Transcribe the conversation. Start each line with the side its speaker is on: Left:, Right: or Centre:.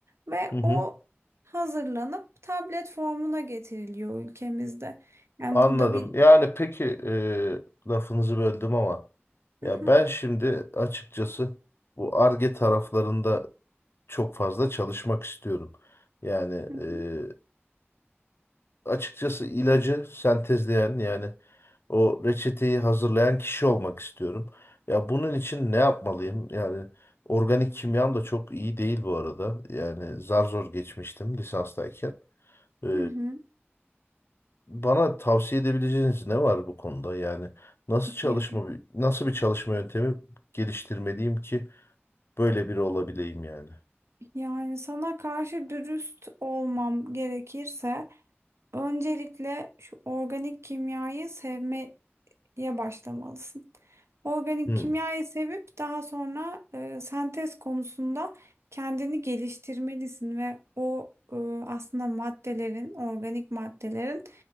Right: Ve
Left: Hı hı.
Right: o hazırlanıp tablet formuna getiriliyor ülkemizde. Yani
Left: Anladım.
Right: burada bir...
Left: Yani peki e, lafınızı böldüm ama ya
Right: Hı hı,
Left: ben şimdi açıkçası bu Ar-Ge taraflarında çok fazla çalışmak istiyorum. Yani
Right: hı hı,
Left: e, açıkçası ilacı sentezleyen yani o reçeteyi hazırlayan kişi olmak istiyorum. Ya bunun için ne yapmalıyım? Yani organik kimyam da çok iyi değil bu arada. Yani zar zor geçmiştim lisanstayken. E,
Right: hı
Left: Bana tavsiye edebileceğiniz ne var bu konuda? Yani nasıl çalışma
Right: hı.
Left: nasıl bir çalışma yöntemi geliştirmeliyim ki böyle biri olabileyim yani?
Right: Yani sana karşı dürüst olmam gerekirse öncelikle şu organik kimyayı sevme diye başlamalısın. Organik
Left: Hmm,
Right: kimyayı sevip daha sonra e, sentez konusunda kendini geliştirmelisin ve o e, aslında maddelerin, organik maddelerin